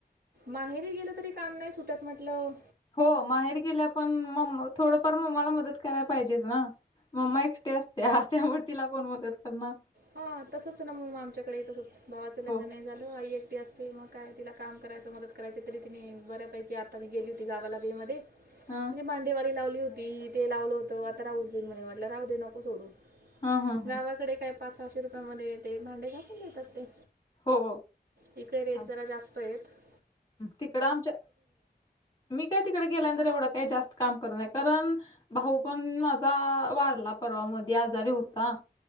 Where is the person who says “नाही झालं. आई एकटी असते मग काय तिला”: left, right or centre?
Right